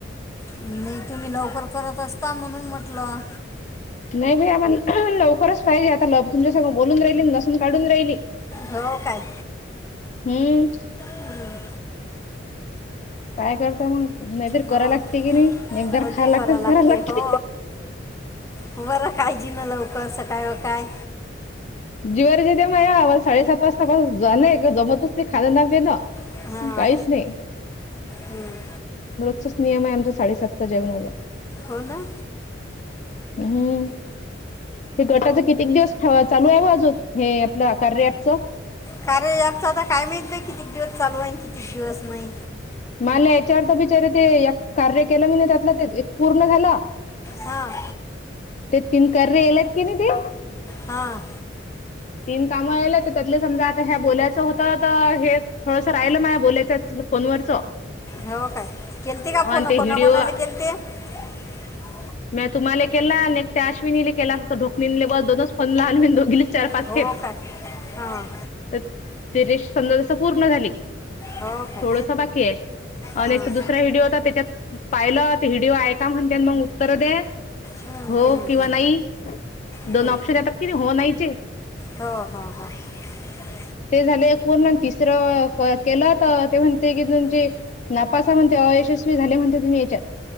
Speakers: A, on the left (about 15°); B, on the left (about 40°).
A: नाही तुम्ही लवकर करत असता म्हणून म्हटलं.
B: नाही बाई आम्हा लवकरच पाहिजे, आता ल तुमच्या संग बोलून राहिली लसून काढून रायली.
A: हो काय.
B: हम्म.
A: हम्म.
B: काय करता मग नायतर
A: हो
B: कराय लागते की नाय एकदर
A: कधी
B: खायला लागते
A: करा
B: आणी कराय लागते.
A: हो बरं काळजी न लवकर असं काय व काय.
B: जीवावरच येते माया मला साडेसात वाजता झालंयि जमतच नाय खायला लागते ना.
A: हां
B: काहीच नाय
A: हं.
B: च नियम आय आमचा साडेसातच जेवणाचा.
A: हो ना.
B: हम्म, हे गटाच कितीक दिवस ठेवायच? चालू आय आजून हे आपलं कार्या ॲपचं?
A: कार्या ॲपच आता काय माहित बाई कितीक दिवस चालू आय आणी कितीक दिवस नाय.
B: मला याच्या आरत बिचार ते एक कार्य केलं मीन त्यातलं ते पूर्ण झालं.
A: हां.
B: ते तीन कार्य येलेत की नाई ती.
A: हां.
B: तीन कामं आयलेत त्यातले समजा आता ह्या बोल्याचं होत तर हे थोडसर राहिलं माया बोल्याच फोनवरचं.
A: हो काय. केलते का फोन
B: अन् ते
A: कोणाकोणाला
B: हिडिओ
A: <inaudible>
B: म्या तुम्हाला एक केला आणि त्या अशविनीले केला फक्त, ढोकणींले बस दोनच फोन आण दोघीच चार पाच
A: हो
B: खेप.
A: काय हां
B: तर ते रेश समजा तस पूर्ण झाली
A: हो काय
B: थोडस बाकी आय. अन्
A: हं.
B: एक तो दुसरा व्हिडीओ होता त्याच्यात पाहिलं, ते व्हिडिओ ऐका म्हणते मन उत्तर दे.
A: हं,
B: हो
A: हं,
B: किंवा
A: हं,
B: नाय
A: हं.
B: दोन ऑप्शन येतात कि नाय हो नाहीचे.
A: हो <unintelligible>
B: ते झाले एक पूर्ण तिसरं केलं तर ते म्हणते की तुमचे नापास आय म्हणते, अयशस्वी झाले म्हणते तुम्ही याच्यात.